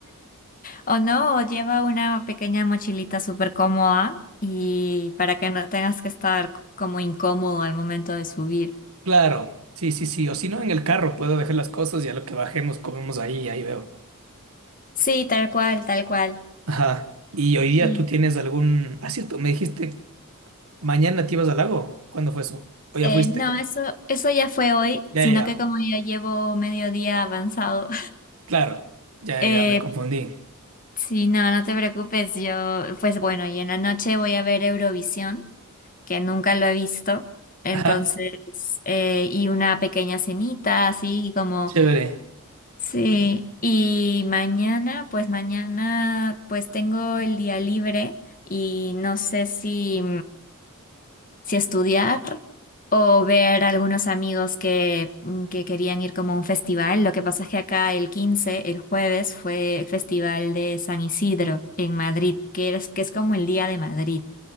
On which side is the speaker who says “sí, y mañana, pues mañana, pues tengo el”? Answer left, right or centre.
Left